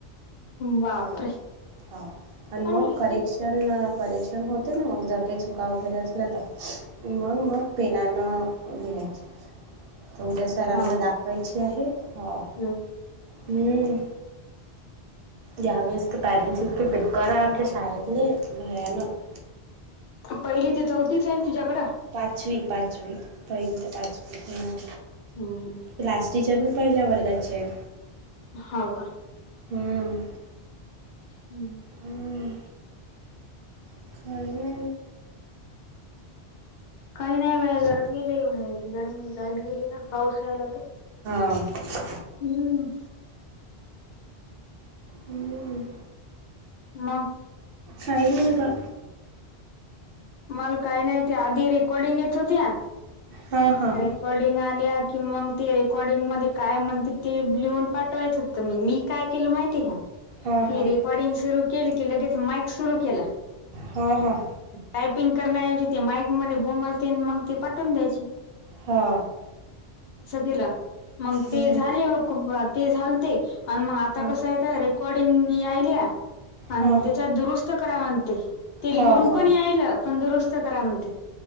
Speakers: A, on the left; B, on the right.
A: बापरे!
B: ह हां आणि
A: हम्म
B: मग करेक क्षण, करेक्षण होते ना मग जर का चुका वगैरे असल्या तर मग मग पेनानं लिहायचं तर उद्या सरांना
A: हाव का
B: दाखवायची आहे, हो
A: हम्म
B: हम्म या वेळेस पेरेंट्स इतका पिटकर हाय शाळेतले भयानक
A: पहिली ते चौथीच हाय न तिच्याकडं?
B: पाचवी, पाचवी पहिली तर पाचवी हम्म
A: हम्म
B: क्लास टीचर मी पहिल्या वर्गाची हाय.
A: हाव का
B: हम्म.
A: हम्म
B: हम्म. <unintelligible>
A: काही नाही बाई गरमी लई व्हायली गरमी लाईट गेली ना पाऊस यायला तर
B: <unintelligible>
A: हम्म
B: हम्म
A: ना
B: काही नाही ब
A: मला काही नाही ते, आधी रेकॉर्डिंग येत होत्या
B: हां हां
A: रेकॉर्डिंग आल्या कि मग ते रेकॉर्डिंग मध्ये काय म्हणते ते लिहून पाठवायत होते तर मग मी काय केलं माहितीय का?
B: हां हां
A: ती रेकॉर्डिंग सुरु केली की लगेच माइक सुरू केला.
B: हा हा
A: टायपिंग करण्याऐवजी ते माईक मध्ये बोमलते मग ती पाठवून द्यायची.
B: हा
A: तस तिला, मंग
B: हं,
A: ते झाले बघ <unintelligible> ते झाल ते आणि मग आता
B: हां
A: कसं आहेेत रेकॉर्डिंग यायलिया आणि
B: हां
A: त्याच्यात दुरुस्त करा म्हणते. ते
B: हां
A: लिहून
B: हां
A: पण यायल, पण दुरुस्त करा म्हणते.